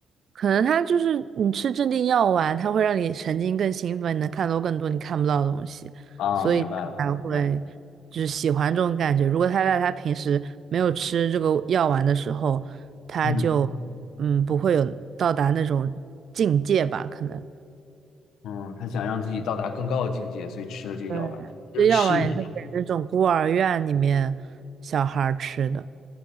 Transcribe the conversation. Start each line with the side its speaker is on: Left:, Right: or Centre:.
Right: 可能他就是你吃镇定药丸，它会让你神经更兴奋，你能看到更多你看不到的东西，
Left: 啊，
Right: 所以它才会就是喜欢这种感觉。
Left: 明白了，明白了，
Right: 如果他在他平时没有吃这个药丸的时候，他就嗯不会有到达那种境界吧？
Left: 嗯
Right: 可能
Left: 嗯，他想让自己到达更高的境界，所以吃了这个药丸，
Right: 对，
Left: 就是痴迷嘛。
Right: 这药丸也是给那种孤儿院里面小孩儿吃的，